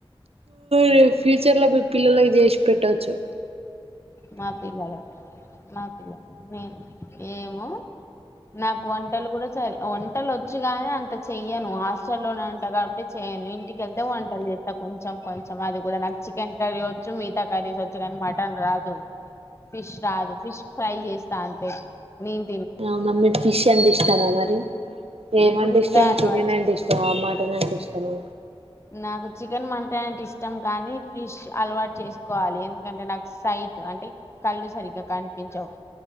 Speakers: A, on the right; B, on the left.
A: రేపు ఫ్యూచర్లా మీ పిల్లలకి చేసి పెట్టొచ్చు
B: మా పిల్లలా మా పిల్ల మేను ఏమో నాకు వంటలు కూడా సరి వంటలు వచ్చు కాగాని అంత చెయ్యను హాస్టల్లోనే ఉంట కాబట్టి చెయ్యను ఇంటికెళ్తే వంటలు చేస్తా కొంచెం కొంచెం అది కూడా నాకు చికెన్ కర్రీ వచ్చు మిగతా కర్రీస్ వచ్చు కానీ మటన్ రా దు ఫిష్ రాదు ఫిష్ ఫ్రై చేస్ త అంతే మీన్
A: ఆ నమ్ ఫిష్ అంటే ఇష్టం మా మరి ఏమంటే
B: ఇప్పుడు ఇప్పుడే
A: ఇష్టం
B: అలవాటు
A: చికెన్ అంటే
B: చేసు
A: ఇష్టమా మటన్ అంటే ఇష్టమా?
B: నాకు చికెన్ మంటే అంటే ఇష్టం కానీ ఫిష్ అలవాటు చేసుకోవాలి. ఎందుకంటే నాకు సైట్ అంటే కళ్ళు సరిగ్గా కనిపించవు